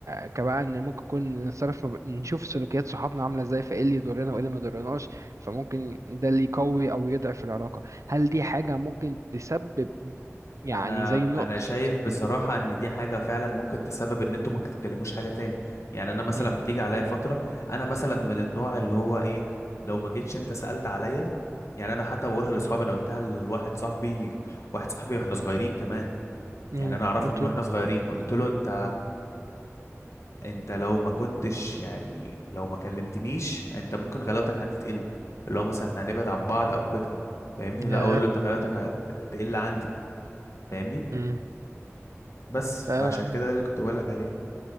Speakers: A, on the right; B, on the left.
A: كبقى ان ممكن يكون نتصرف مب... نشوف سلوكيات صحابنا عامله ازاي فايه اللي يضرنا وايه اللي ما يضرناش فممكن ده اللي يقوي او يضعف العلاقه هل دي حاجه ممكن تسبب يعني
B: انا
A: زي نقطه
B: انا شايف بصراحه ان دي حاجه فعلا ممكن تسبب ان انتوا ما تتكلموش حاجه تاني يعني انا مثلا
A: امم
B: بتيجي عليا فتره انا مثلا من النوع اللي هو ايه لو ما جيتش انت سالت عليا يعني انا حتى بقولها لاصحابي انا قلتها لواحد صاحبي واحد صاحبي واحنا صغيرين كمان
A: امم
B: يعني انا اعرفه
A: قلت
B: من واحنا
A: له
B: صغيرين قلت له انت انت لو ما كنتش يعني لو ما كلمتنيش انت ممكن غلاوتك عندي تقل اللي هو مثلا احنا هنبعد عن بعض او كده فاهمني
A: ياه
B: لا اقول له انت غلاوتك هت... هتقل عندي فاهمني
A: امم
B: بس فعشان
A: امم
B: كده ده اللي كنت بقولك عليه